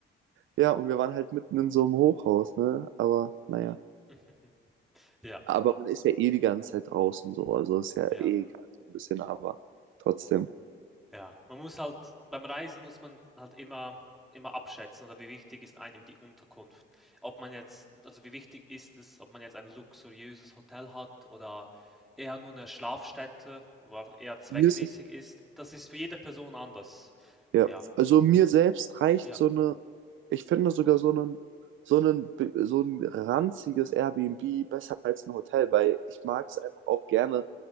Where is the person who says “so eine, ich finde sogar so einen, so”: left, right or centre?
Right